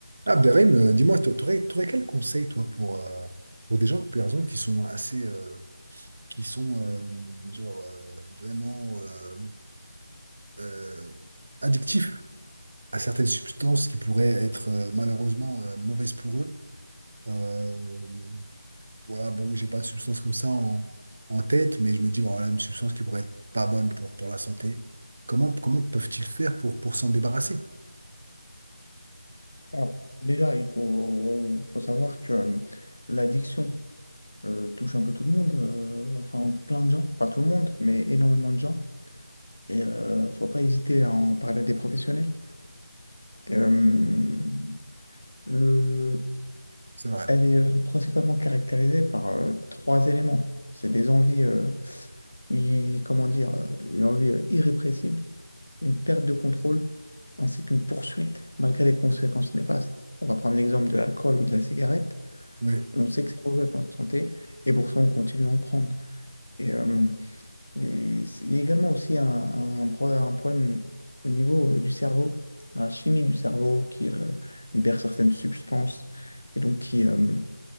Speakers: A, on the right (about 40°); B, on the left (about 70°).
A: Ah, Abderrahim, euh, dis-moi, tu aurais, quel conseil, toi, pour, euh, pour des gens, par exemple, qui sont assez, euh, qui sont, euh, genre, euh, vraiment euh, euh, addictifs à certaines substances qui pourraient être, euh, malheureusement, euh, mauvaises pour eux? Euh, voilà, bon, j'ai pas de substance comme ça en, en tête, mais je me dis, bon, voilà, une substance qui pourrait être pas bonne pour, pour la santé. Comment, comment peuvent-ils faire pour, pour s'en débarrasser?
B: Alors, déjà, il faut, faut savoir que euh, l'addiction euh, touche un peu tout le monde, euh, enfin plein de gens, pas tout le monde, mais énormément de gens. Et euh, faut pas hésiter à en parler à des professionnels. euh, le,
A: C'est vrai.
B: elle est euh, principalement caractérisée par euh, trois éléments. C'est des envies, euh, i- comment dire, euh, une envie euh, irrépressible, une perte de contrôle, ainsi qu'une poursuite malgré les conséquences néfastes. On va prendre l'exemple de l'alcool ou de la cigarette.
A: Oui,
B: On sait que c'est mauvais pour notre santé et pour ça, on continue à en prendre. Et, euh, et c'est- il y a également aussi un, un pro- un problème au niveau euh, du cerveau, dans la chimie du cerveau qui euh, libère certaines substances et donc qui, euh,